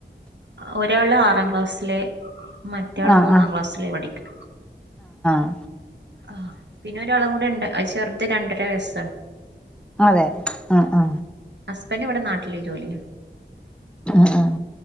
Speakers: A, on the right; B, in the centre.
A: ഒരാൾ ആറാം ക്ലാസ്സിലെ മറ്റയാള്
B: ആഹ്
A: മൂന്നാം
B: ആഹ്
A: ക്ലാസ്സിലേ പഠിക്കു
B: ആ
A: ആ പിന്നെ ഒരാളം കൂടി ഉണ്ട് ചെറുത് രണ്ട വയസ്സ്
B: അതെ ആ ആ
A: ന്നെ ഇവിടെ നാട്ടില്േ ജോലിയാണ്
B: ആ ആ